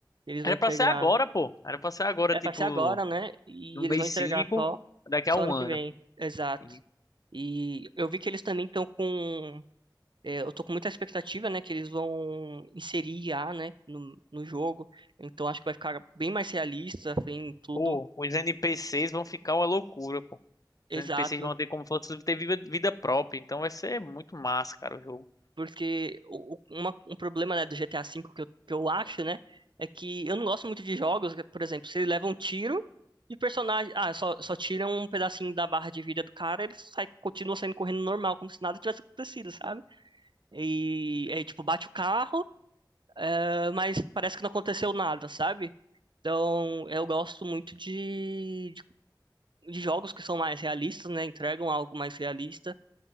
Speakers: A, on the right; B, on the left.
A: eles
B: Era
A: vão entregar,
B: pra ser agora, pô. Era pra ser agora,
A: é
B: tipo,
A: pra ser agora, né? E
B: no
A: eles
B: mês
A: vão entregar
B: 5
A: só,
B: daqui
A: só
B: a um
A: ano
B: ano.
A: que vem, exato.
B: E,
A: E eu vi que eles também estão com É, eu tô com muita expectativa, né, que eles vão inserir I a, né, no, no jogo. Então acho que vai ficar bem mais realista, assim, tudo
B: pô, os NPCs vão ficar uma loucura, pô.
A: exato.
B: Os NPCs vão ter como se fosse ter vida, vida própria, então vai ser muito massa, cara, o jogo.
A: Porque o, o- uma- um problema, né, do GTA V que eu, que eu acho, né, é que eu não gosto muito de jogos, que, por exemplo, se ele leva um tiro e personagem, ah, só, só tira um pedacinho da barra de vida do cara, ele sai, continua saindo correndo normal, como se nada tivesse acontecido, sabe? E aí, tipo, bate o carro, ah, mas parece que não aconteceu nada, sabe? Então, eu gosto muito de, de, de jogos que são mais realistas, né? Entregam algo mais realista.